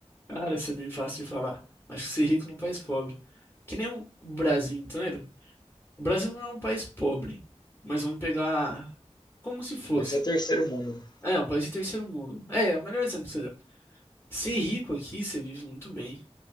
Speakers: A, on the left (about 20°); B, on the left (about 40°).
A: Cara, isso é bem fácil de falar. Acho que ser rico num país pobre. Que nem o Brasil inteiro. O Brasil não é um país pobre. Mas vamos pegar como se fosse.
B: Mas é terceiro mundo. né?
A: É, é um país de terceiro mundo. É, é o melhor exemplo que você deu. Ser rico aqui, você vive muito bem.